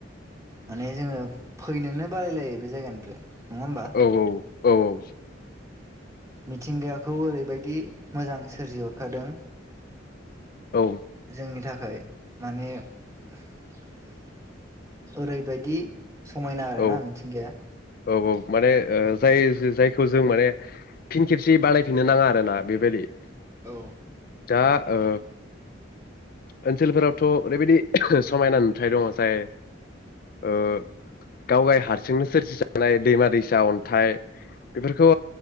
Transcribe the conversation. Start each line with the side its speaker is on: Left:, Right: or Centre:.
Right: माने जोङो फैनोनो बालायलायो बे जायगानिफ्राय नङा होमबा
Left: औ औ औ औ
Right: मिथिंगाखौ ओरैबायदि मोजां सोरजिहरखादों
Left: औ
Right: जोंनि थाखाय माने <unintelligible> ओरैबायदि समायना आरोना
Left: औ
Right: मिथिंगाया
Left: औ औ माने ओ जाय जायखौ जों माने फिन खेबसे बानायफिननो नाङा आरो ना बेबायदि
Right: औ।
Left: दा ओ ओनसोलफोरावथ' ओरैबायदि समायना नुथाय दङ जाय ओ गावगाय हारसिंनो सोरजिजानाय दैमा दैसा अन्थाइ बेफोरखौ